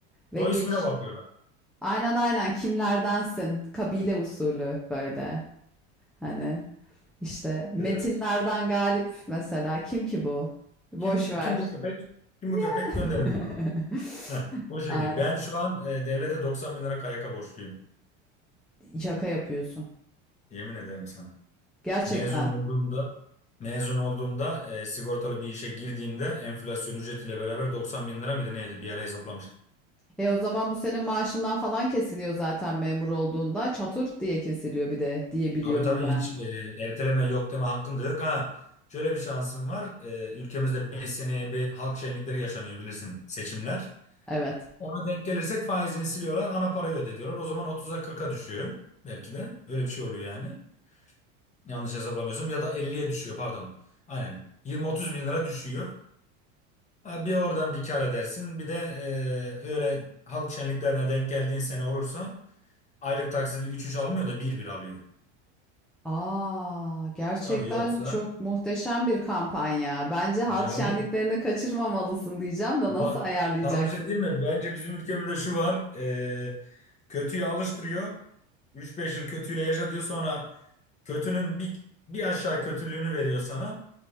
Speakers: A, in the centre; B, on the left.
A: ve
B: Soy
A: geliş
B: ismine bakıyorlar.
A: aynen aynen kimlerdensin kabile usulü böyle hani işte metinlerden
B: Evet.
A: galip mesela kim ki bu? Boş
B: Kim
A: ver.
B: kim bu köpek? Kim
A: Ya.
B: bu köpek? Gönderin bunu.
A: <laughs>
B: Heh, bu şekil.
A: Ay,
B: Ben şu an e, devlete 90 bin lira KYK borçluyum.
A: şaka yapıyorsun.
B: Yemin ederim sana.
A: Gerçekten.
B: Mezun olduğumda mezun olduğumda e, sigortalı bir işe girdiğimde enflasyon ücretiyle beraber 90 bin lira mıydı neydi bir ara hesaplamıştım.
A: E o zaman bu senin maaşından falan kesiliyor zaten memur olduğunda. Çatır diye kesiliyor bir de diye biliyorum
B: Abi tabii
A: ben.
B: hiç e, erteleme yok deme hakkın da yok. Ha, şöyle bir şansım var. E, ülkemizde 5 seneye bir halk şenlikleri yaşanıyor bilirsin seçimler.
A: Evet.
B: Ona denk gelirsek faizini siliyorlar ana parayı ödediyorlar. O zaman 30'a 40'a düşüyor belki de öyle bir şey oluyor yani. Yanlış hesaplamıyorsam ya da 50'ye düşüyor pardon. Aynen 20-30 bin lira düşüyor. Ha, bir oradan bir kar edersin. Bir de e, öyle halk şenliklerine denk geldiğin sene olursa aylık taksidi üç üç almıyor da bir bir alıyor.
A: A! Gerçekten
B: Tabii yoksa
A: çok muhteşem bir kampanya. Bence halk
B: acayip.
A: şenliklerini kaçırmamalısın diyeceğim de
B: Bak
A: nasıl ayarlayacaksın?
B: sana bir şey diyeyim mi? Bence bizim ülkemizde şu var. E, kötüyü alıştırıyor. üç beş yıl kötüyle yaşa diyor. Sonra kötünün bir, bir aşağı kötülüğünü veriyor sana.